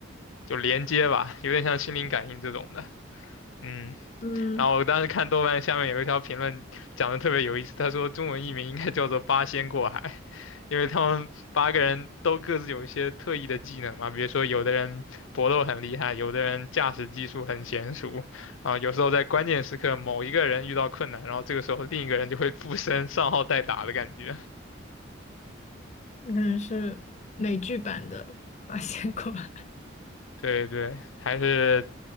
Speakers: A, on the left; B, on the left.
A: 就连接吧，有点像心灵感应这种的。嗯。
B: 嗯，
A: 然后我当时看豆瓣下面有一条评论讲的特别有意思，他说中文译名应该叫做“八仙过海”，因为他们八个人都各自有一些特异的技能嘛，比如说有的人搏斗很厉害，有的人驾驶技术很娴熟，啊，有时候在关键时刻某一个人遇到困难，然后这个时候另一个人就会附身上号代打的感觉。
B: 可能是美剧版的《八仙过海》。
A: <laughs> 对对，还是